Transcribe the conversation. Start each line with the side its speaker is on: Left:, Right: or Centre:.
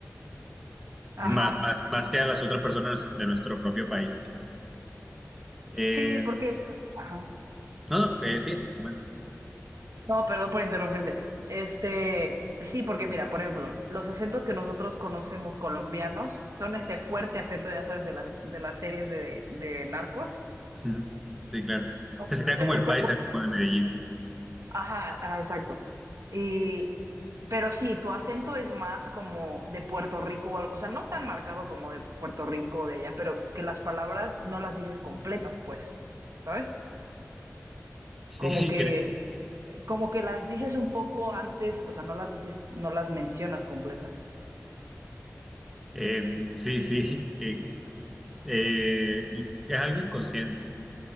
Centre: <laughs>
Right: Ajá.
Centre: más, más, más que a las otras personas de nuestro propio país. Eh,
Right: Sí, porque... la- Ajá.
Centre: no, no, eh, sí, comenta.
Right: No, perdón por interrumpirte. Este, sí, porque mira, por ejemplo, los acentos que nosotros conocemos colombianos son este fuerte acento, ya sabes, de las, de las series de, de narcos.
Centre: <laughs> Sí, claro.
Right: Osasuna
Centre: Ese sería como
Right: es este
Centre: el paisa,
Right: fuerte.
Centre: como
Right: a-
Centre: de Medellín.
Right: Ajá, ajá, exacto. Y, pero sí, tu acento es más como de Puerto Rico o algo, o sea, no tan marcado como de Puerto Rico o de allá, pero que las palabras no las dices completas, pues, ¿sabes?
Centre: Sí,
Right: Como que,
Centre: <laughs> cre-
Right: como que las dices un poco antes, o sea, no las dices, no las mencionas completas.
Centre: eh, sí, sí. eh, eh, es algo inconsciente,